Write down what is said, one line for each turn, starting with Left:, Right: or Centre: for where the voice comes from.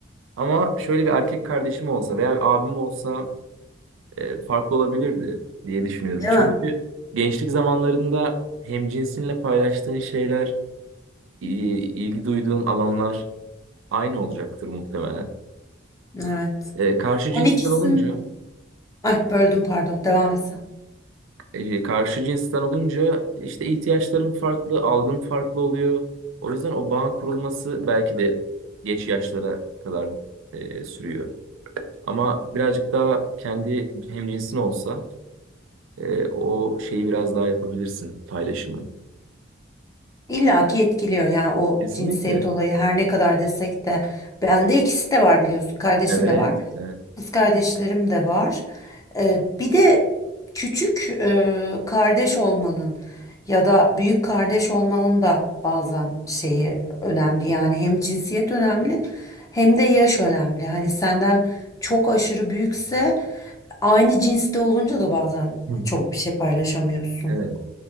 Right: Ama şöyle bir erkek kardeşim olsa veya bir abim olsa e, farklı olabilirdi diye düşünüyorum.
Left: Değil
Right: Çünkü
Left: mi?
Right: gençlik zamanlarında hem cinsinle paylaştığın şeyler, i- ilgi duyduğun alanlar aynı olacaktır muhtemelen.
Left: Evet.
Right: E, karşı cinsler
Left: Ben ikisini...
Right: olunca
Left: Ay böldüm pardon. Devam et sen.
Right: e, karşı cinsten olunca işte ihtiyaçlarım farklı, algım farklı oluyor. O yüzden o bağın kurulması belki de geç yaşlara kadar e, sürüyor. Ama birazcık daha kendi hemcinsin olsa e, o şeyi biraz daha yapabilirsin paylaşımı.
Left: İlla ki etkiliyor yani o
Right: Kesinlikle.
Left: cinsiyet olayı her ne kadar desek de bende ikisi de var biliyorsun kardeşim
Right: Evet.
Left: de var
Right: Evet.
Left: kız kardeşlerim de var Ee, bir de küçük e, kardeş olmanın ya da büyük kardeş olmanın da bazen şeyi önemli yani hem cinsiyet önemli hem de yaş önemli hani senden çok aşırı büyükse aynı cinste olunca da bazen
Right: <laughs>
Left: çok bir şey paylaşamıyorsun
Right: Evet.